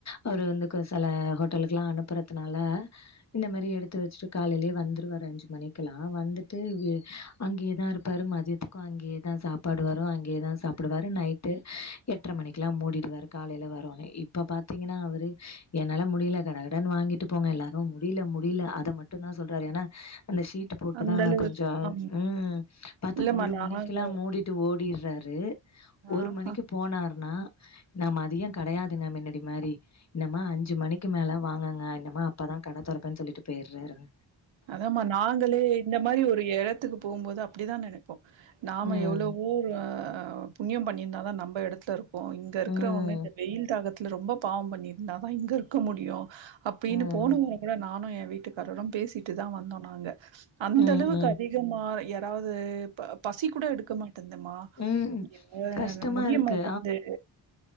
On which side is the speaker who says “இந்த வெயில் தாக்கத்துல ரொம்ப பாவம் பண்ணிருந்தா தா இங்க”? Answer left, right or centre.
Right